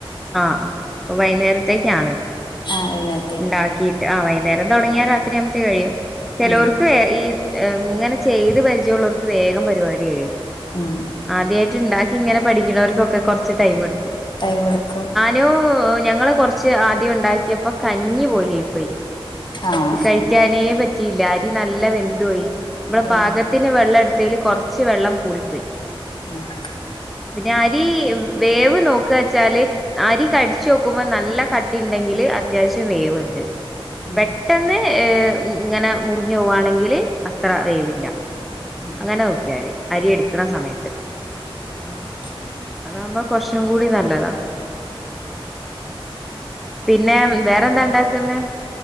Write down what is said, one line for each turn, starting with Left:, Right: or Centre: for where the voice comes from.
Centre: ആഹ് ആഹ് അപ്പൊ വൈന്നേരത്തേക്കാണ്.
Left: ആഹ് വൈന്നേര
Centre: ഇണ്ടാക്കീട്ട്, ആഹ് വൈന്നേരം തൊടങ്ങിയാ രാത്രിയാക്മ്പത്തേക്ക് കഴിയും. ചെലോർക്ക്
Left: ഉം
Centre: ഏഹ് ഈ ഏഹ് ഉം ഇങ്ങനെ ചെയ്ത് പരിചയള്ളോർക്ക് വേഗം പരിപാടി കഴിയും.
Left: ഉം.
Centre: ആദ്യായിട്ട്ണ്ടാക്കി ഇങ്ങനെ പഠിക്കുണോർക്കൊക്കെ കൊർച്ച് ടൈം എടുക്കും.
Left: ടൈമെടുക്കും.
Centre: ലോ ഞങ്ങള് കൊറച്ച് ആദ്യം ഇണ്ടാക്കിയപ്പോ കഞ്ഞി പോലെയായിപ്പോയി.
Left: ആഹ്
Centre: ത് കഴിക്കാനേ പറ്റിയില്ല. അരി നല്ല വെന്ത് പോയി. നമ്മുടെ
Left: എന്ത്
Centre: പാകത്തി ല് വെള്ളം എടുത്തേല് കൊർച്ച് വെള്ളം കൂടിപ്പോയി.
Left: ആഹ്.
Centre: പിന്നെ അരി വേവ് നോക്ക്വാച്ചാല് അരി കടിച്ചോക് ക്കുമ്പോ നല്ല കട്ടിണ്ടെങ്കില് അത്യാവശ്യം വേവ്ണ്ട്.
Left: ഉം
Centre: പെട്ടെന്ന് ഈഹ് ഇങ്ങനെ മുറിഞ്ഞു പോവാണെങ്കില് അത്ര വേവില്ല.
Left: ഉം
Centre: അങ്ങനെ നോക്കിയാതി അരി എട്ക്കണ സമയത്ത്.
Left: Okay.
Centre: അതാകുമ്പോ കൊറച്ചും കൂടി നല്ലതാ. പിന്നെ
Left: ഉം.
Centre: വേറെന്താ ഉണ്ടാക്കുന്നെ